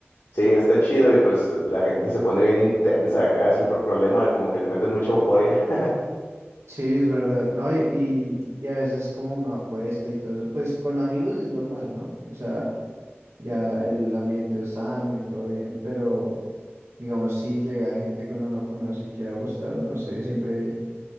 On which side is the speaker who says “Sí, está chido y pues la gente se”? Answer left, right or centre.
Left